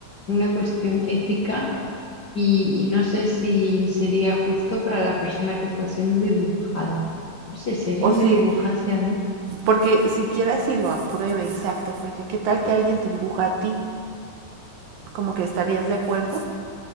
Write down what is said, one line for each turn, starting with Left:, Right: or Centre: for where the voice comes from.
Left: una cuestión ética y, y no sé si sería justo para la persona que está siendo dibujada. No sé, si alguien
Right: O si,
Left: me dibujase a mí.
Right: porque siquiera si lo apruebe, exacto, porque qué tal que alguien te dibuja a ti, como que estarías de acuerdo.